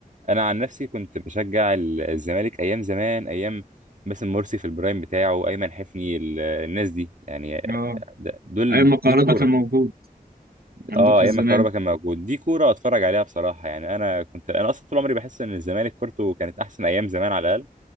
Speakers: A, on the right (about 55°); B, on the right (about 80°).
A: انا عن نفسي كنت بشجع ال- الزمالك ايام زمان ايام باسم مرسي في البرايم بتاعه ايمن حفني ال- الناس دي يعني آه،
B: اه
A: ده- دول
B: ايام ما
A: دي
B: كهربا
A: كوره
B: كان موجود عندكم
A: اه
B: في
A: ايام
B: الزمان
A: ما كهربا كان موجود دي كوره اتفرج عليها بصراحه يعني انا كنت انا اصلا طول عمري بحس ان الزمالك كورته كانت احسن ايام زمان على الاقل